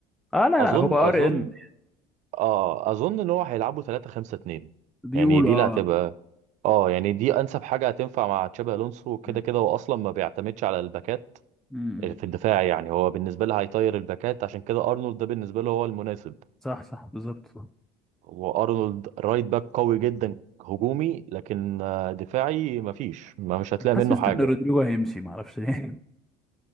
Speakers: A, in the centre; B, on the right (about 55°).
A: اه لا
B: اظن
A: لا هو
B: اظن
A: ار ام
B: اه اظن ان هو هيلعبوا 3 5 2
A: بيقولوا
B: يعني دي اللي
A: اه
B: هتبقى اه يعني دي انسب حاجه هتنفع مع تشابي الونسو كده
A: مم.
B: كده هو اصلا ما بيعتمدش على الباكات
A: مم.
B: في الدفاع يعني هو بالنسبه له هيطير الباكات عشان كده ارنولد ده بالنسبه له هو المناسب
A: صح صح بالظبط
B: وارنولد رايت باك قوي جدا هجومي لكن آه، دفاعي مفيش ما مش هتلاقي
A: حاسس
B: منه حاجه
A: ان رودريجو
B: يعني
A: هيمشي معرفش ليه